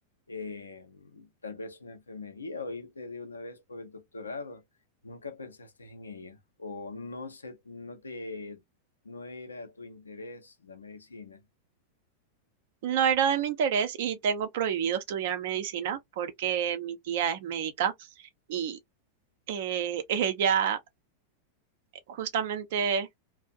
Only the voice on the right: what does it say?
No era de mi interés y tengo prohibido estudiar medicina porque mi tía es médica y eh, <laughs> ella justamente